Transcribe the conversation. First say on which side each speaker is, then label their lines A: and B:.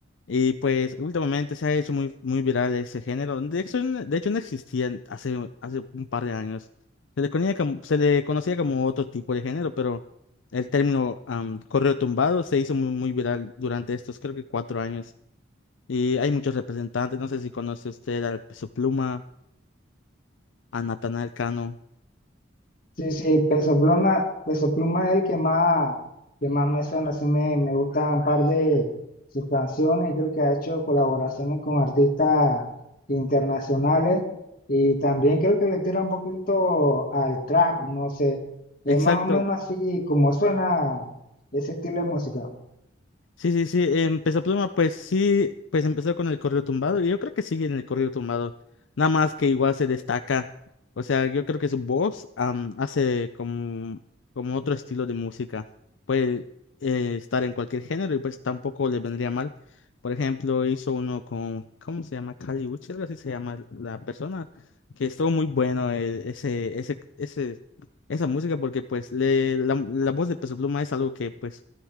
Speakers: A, on the left; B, on the left.
A: Y pues últimamente se ha hecho muy, muy viral ese género. De hecho, no- de hecho no existía hace, hace un par de años. Se le conocía como, se le conocía como otro tipo de género, pero el término am, correo tumbado se hizo muy, muy viral durante estos, creo que cuatro años. Y hay muchos representantes, no sé si conoce usted al Peso Pluma a Natanael Cano.
B: Sí, sí, Peso Pluma, Peso Pluma es el que más, que más me suena, así me, me gusta un par de sus canciones, creo que ha hecho colaboraciones con artistas internacionales y también creo que le tira un poquito al trap, no sé, es
A: Exacto,
B: más o menos así como suena ese estilo de música.
A: Sí, sí, sí, empezó Pluma, pues sí, pues empezó con el corrido tumbado y yo creo que sigue en el corrido tumbado, nada más que igual se destaca, o sea, yo creo que su voz am, hace como, como otro estilo de música, puede eh, estar en cualquier género y pues tampoco le vendría mal, por ejemplo, hizo uno con, ¿cómo se llama? Kali Uchis, algo así se llama la persona, que estuvo muy bueno eh, ese, ese, ese, esa música porque pues le, la, la voz de Peso Pluma es algo que pues